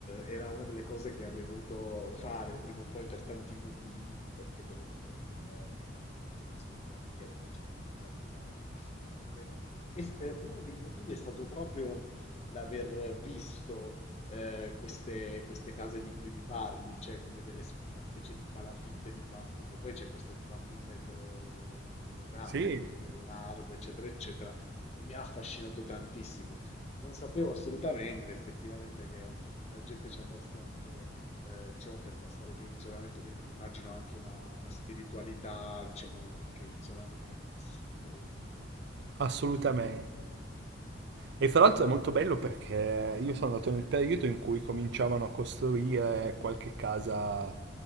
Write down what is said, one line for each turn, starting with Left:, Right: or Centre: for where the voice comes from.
Left: era una delle cose che avrei voluto fare prima o poi per tanti motivi, perché per esempio anche il Vietnam ricorre nella storiografia, nella cinematografia, è affascinante. E s- eh, uno dei motivi è stato proprio l'aver visto eh, queste, queste case di cui mi parli, cioè come delle, una specie di palafitte di bambù, che poi c'è questo bambù bello, bello grande,
Right: sì,
Left: no? Bello largo, eccetera, eccetera, e mi ha affascinato tantissimo. Non sapevo assolutamente, effettivamente, che la gente ci andasse anche, eh, diciamo, per passare per l'isolamento, quindi mi immagino anche una, una spiritualità, diciamo, anche un isolamento vissuto un- in una dimensione
Right: assolutamente.
Left: più... Mm, mm.
Right: E fra l'altro è molto bello perché io sono andato nel periodo in cui cominciavano a costruire qualche casa